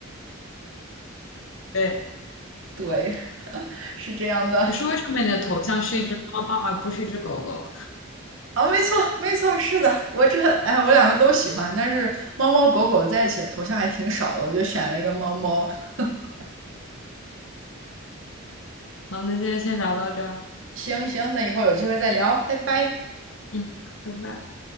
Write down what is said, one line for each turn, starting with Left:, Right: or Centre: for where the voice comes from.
Left: 对，
Right: 对，<laughs> 是这样的。
Left: 可是为什么你的头像是一只猫猫而不是一只狗狗？
Right: 啊，没错，没错，是的，我这，哎，我两个都喜欢，但是猫猫狗狗在一起的头像还挺少的，我就选了一个猫猫。<laughs>
Left: 好，那今天先聊到这儿。
Right: 行行，那以后有机会再聊，拜拜。
Left: 嗯，拜拜。